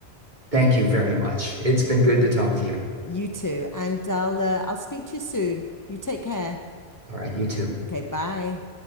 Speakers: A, on the right; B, on the left.
A: thank you very much. It's been good to talk to you.
B: You too, and I'll uh, I'll speak to you soon. You take care.
A: All right, you too.
B: Okay, bye.